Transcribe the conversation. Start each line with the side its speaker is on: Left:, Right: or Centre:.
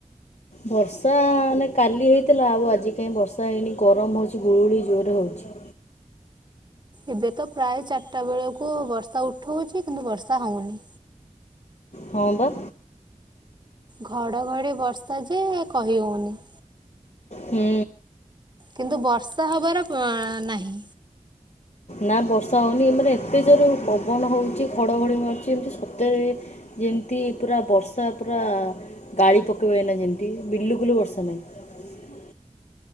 Left: ବର୍ଷା ନାଇଁ କାଲି ହେଇଥିଲା ଆଉ ଆଜି କାଇଁ ବର୍ଷା ହେଇନି ଗରମ ହୋଉଚି ଗୁଳୁଗୁଳି ଜୋରେ ହଉଚି।
Right: ଏବେ ତ ପ୍ରାୟ ଚାରିଟା ବେଳକୁ ବର୍ଷା ଉଠଉଚି କିନ୍ତୁ ବର୍ଷା ହଉନେଇ।
Left: ହଁ ବା।
Right: ଘଡ଼ଘଡ଼ି ବର୍ଷା ଯେ କହି ହୋଉନେଇ।
Left: ହୁଁ଼
Right: କିନ୍ତୁ ବର୍ଷା ହବାର ପଅ ନାହିଁ।
Left: ନାଁ ବର୍ଷା ହଉନି ମାନେ ଏତେ ଜୋର ପବନ ହଉଚି ଘଡ଼ଘଡ଼ି ମାରୁଚି ଏମତି ସତରେ ଯେମତି ପୁରା ବର୍ଷା ପୁରା ଗାଳି ପକେଇବ ଏଇନା ଯେମତି। ବିଲୁକୁଲ ବର୍ଷା ନାହିଁ।